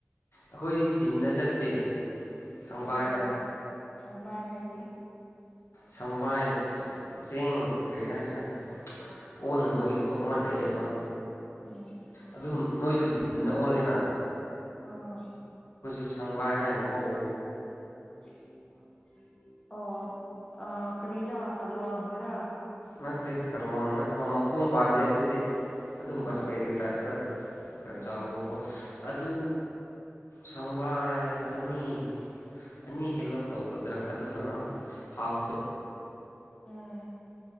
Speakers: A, on the left; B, on the left.
A: ꯑꯩꯈꯣꯏꯗꯤ ꯇꯤꯟꯅ ꯆꯠꯇꯦ ꯁꯪꯕꯥꯏꯗ
B: ꯑ ꯆꯄ꯭ꯔꯣ ꯁꯪꯕ ꯍꯥꯏꯗꯤ
A: ꯁꯪꯕꯥꯏ ꯆꯦꯡ ꯀꯔꯤ ꯍꯥꯏꯁꯦ ꯑꯣꯟꯅꯕꯒꯤꯀꯣ ꯑꯃ ꯂꯩꯑꯦꯕ
B: ꯎꯝ
A: ꯑꯗꯨꯝ ꯅꯣꯏꯁꯨ ꯗꯤꯟꯅ ꯑꯣꯜꯂꯦꯅ
B: ꯑ
A: ꯁꯪꯕꯥꯏ ꯍꯥꯏꯅꯨꯀꯣ
B: <unintelligible> ꯑꯣ ꯑ ꯀꯔꯤꯔꯥ ꯀꯜꯂꯨꯋꯥꯡꯗꯨꯔ
A: ꯅꯠꯇꯦ ꯀꯩꯅꯣ ꯅꯠꯇ ꯃꯈꯣꯡ ꯄꯥꯟꯗꯦ ꯑꯗꯨꯗꯤ ꯑꯗꯨꯝ
B: ꯑꯥ
A: ꯕꯁꯀꯦꯠꯀꯤ ꯇꯥꯏꯞꯇ ꯈꯔ
B: ꯑꯥ
A: ꯆꯥꯎꯕꯀꯣ ꯑꯗꯨ ꯁꯪꯕꯥꯏ ꯑꯅꯤ ꯑꯅꯤ ꯍꯦꯜꯂꯞ ꯇꯧꯒꯗ꯭ꯔꯥ ꯑꯗꯨꯅ ꯍꯥꯐ
B: ꯎꯝ